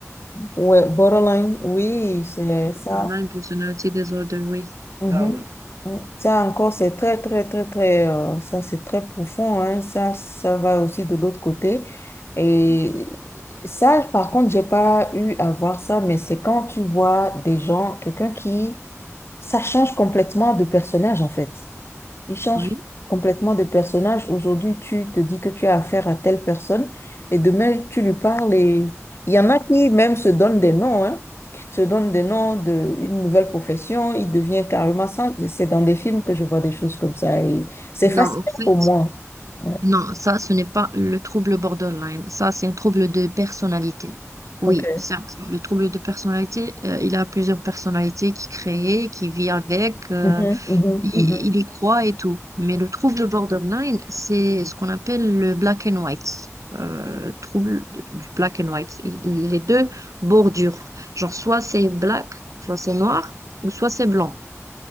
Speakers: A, on the left; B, on the right.
A: Ouais, borderline, oui, c'est
B: Borderline
A: ça.
B: personality disorder, oui.
A: Mhm.
B: Ah ouais.
A: Mm. Ça encore, c'est très, très, très, très, euh, ça c'est très profond, hein. Ça, ça va aussi de l'autre côté. Et ça, par contre, j'ai pas eu à voir ça, mais c'est quand tu vois des gens, quelqu'un qui, ça change complètement de personnage en fait. Il change
B: Oui.
A: complètement de personnage. Aujourd'hui, tu te dis que tu as affaire à telle personne et demain, tu lui parles et il y en a qui même se donnent des noms, hein, qui se donnent des noms d'une nouvelle profession. Il devient carrément ça. C'est dans des films que je vois des choses comme ça et c'est
B: Non,
A: fascinant
B: en fait,
A: pour moi. Ouais,
B: Non, ça, ce n'est pas le trouble borderline. Ça, c'est un trouble de personnalité. Oui,
A: ok.
B: certes, le trouble de personnalité, euh, il a plusieurs personnalités qui créent, qui vit avec, euh,
A: Mhm, mhm,
B: il,
A: mhm.
B: il y croit et tout. Mais le trouble borderline, c'est ce qu'on appelle le black and white. Euh, trouble de- du black and white. Il- Les deux bordures. Genre, soit c'est black, soit c'est noir, ou soit c'est blanc.